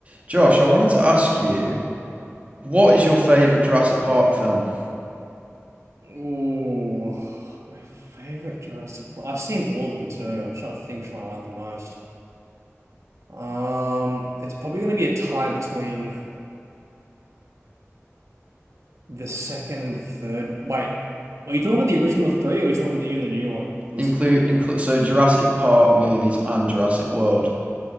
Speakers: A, on the right; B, on the right.
A: Josh, I wanted to ask you, what is your favorite Jurassic Park film?
B: Ooh, my favorite Jurassic Park. I've seen all of them too. I'm trying to think which one I like the most. Um, it's probably going to be a tie between the second and the third. Wait, are you talking the original three, or are we talking the, even the new ones?
A: Include include so Jurassic Park movies and Jurassic World.